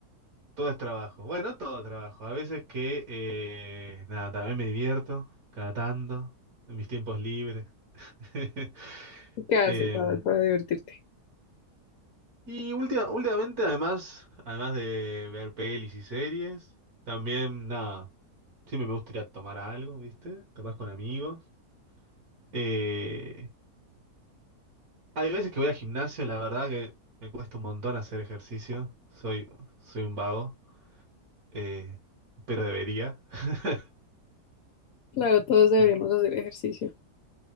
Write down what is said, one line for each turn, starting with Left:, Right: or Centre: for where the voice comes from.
Right: todo es trabajo. Bueno, todo trabajo. A veces que, eh, nada, también me divierto, cada tanto, en mis tiempos libres. <laughs>
Left: ¿Qué haces?
Right: Eh,
Left: A ver, para divertirte.
Right: y última- últimamente, además, además de ver pelis y series, también, nada, siempre me gusta ir a tomar algo, ¿viste? Capaz con amigos. Eh, Hay veces que voy al gimnasio, la verdad que me cuesta un montón hacer ejercicio. Soy, soy un vago, eh, pero debería. <laughs>
Left: Claro, todos deberíamos
Right: Mm,
Left: hacer ejercicio.